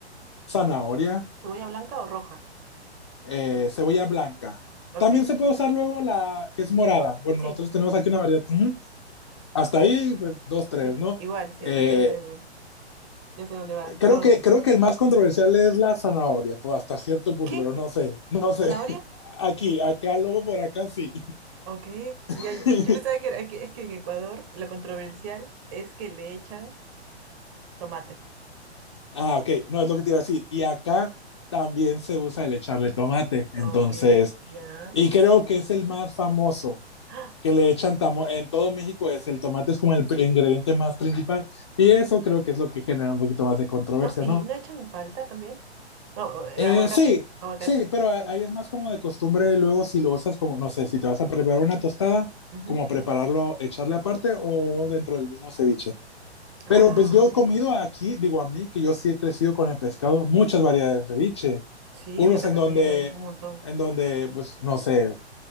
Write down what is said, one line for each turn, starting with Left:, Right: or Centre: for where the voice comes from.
Left: zanahoria,
Right: ¿Cebolla blanca o roja?
Left: eh, cebolla blanca.
Right: Ok,
Left: También se puede usar luego la que es morada. Bueno,
Right: sí,
Left: nosotros tenemos aquí una variedad. Ujú. Hasta ahí, pues dos, tres,
Right: sí,
Left: ¿no?
Right: igual, sí,
Left: Eh,
Right: hasta ahí te veo bien. Ya sé dónde va.
Left: creo
Right: No.
Left: que, creo que el más controversial es la zanahoria, pues hasta cierto punto,
Right: ¿Qué?
Left: pero no sé, no sé.
Right: ¿Zanahoria?
Left: <laughs> Aquí, acá, luego por acá sí.
Right: Ok,
Left: <laughs>
Right: y ahí- yo pensaba que, era, que es que en Ecuador lo controversial es que le echan tomate.
Left: Ah, ok, no es lo que te iba a decir. Y acá también se usa el echarle tomate, entonces,
Right: Ok, ya.
Left: y creo que es el más famoso.
Right: ¡Ah!
Left: que le echan tamo en todo México es el tomate es como el pri- ingrediente más principal y eso creo que es lo que genera un poquito más de controversia,
Right: No, y
Left: ¿no?
Right: no echan palta también. No, o, eh,
Left: Eh,
Right: aguacate,
Left: sí,
Right: aguacate.
Left: sí, pero
Right: Sí.
Left: a- ahí es más como de costumbre luego si lo usas como, no sé, si te vas a preparar una tostada,
Right: Ujú.
Left: como prepararlo, echarle aparte o dentro del mismo ceviche. Pero
Right: Ah,
Left: pues yo
Right: ok.
Left: he comido aquí, digo a mí, que yo sí he crecido con el pescado, muchas variedades de ceviche,
Right: Sí,
Left: unos
Right: acá
Left: en
Right: también
Left: donde,
Right: hay un montón.
Left: en donde, pues no sé,